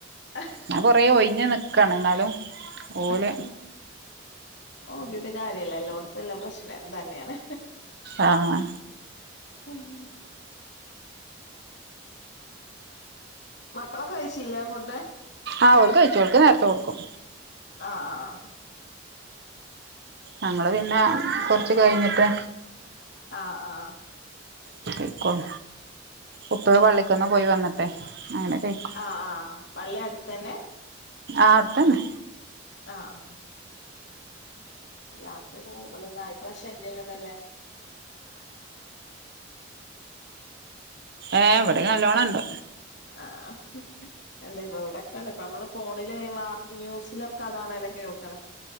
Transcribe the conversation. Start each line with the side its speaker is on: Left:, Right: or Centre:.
Left: ഹ.
Right: ഞാൻ കൊറേ ഒഴിഞ്ഞ് നിക്കാണ് എന്നാലും ഓല്
Left: ഹ ഹ. നോക്കീട്ട് കാര്യമില്ല. <unintelligible> എല്ലാം തന്നെയാണ്
Right: ആഹ്
Left: ഉം.. <inaudible> മക്കളൊക്കെ കഴിച്ചിലെ ഫുഡ്.
Right: ആഹ് ഓല് കഴിച്ചു ഓൽക്ക് നേരത്തെ കൊടുക്കും.
Left: അ അ അ
Right: ഞങ്ങള്പിന്നെ കുറച്ച്, കുറച്ചുകഴിഞ്ഞിട്ട്.
Left: അ അ
Right: കിടക്കും ഉപയും പള്ളിക്കൊന്ന് പോയി വന്നിട്ടെ. അങ്ങനെ കഴിക്കും
Left: ആഹ ആഹ് പള്ളി അടുത്തെന്നെ
Right: ആത്തന്നെ
Left: ആഹ് യാത്രക്ക് െ <unintelligible> പ്പശല്യള്ളതല്ലേ
Right: ഏഹഎവിടൊക്കെ നല്ലോണണ്ട്
Left: ആഹ് അല്ലേ ഇപ്പ ഇവിടെക്കണ്ട് ഇപ്പ നമ്മള് ഫോണില് വാ ന്യൂസിലൊക്കെ അതാണെല്ലോ കേൾക്കണേ